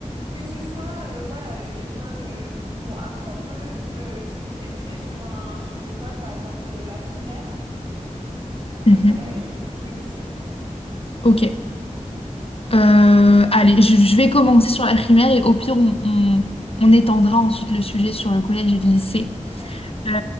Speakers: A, on the right; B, on the left.
A: Que ce soit, euh, voilà, euh, l'école. euh, Bon, après, on peut f- euh, se focaliser sur un, sur une école, par exemple euh, la primaire ou le
B: Mhm.
A: collège ou le lycée.
B: Ok. Euh, allez, je, je vais commencer sur la primaire et au pire, on, on- on étendra ensuite le sujet sur le collège et le lycée.
A: Absolument.
B: Euh,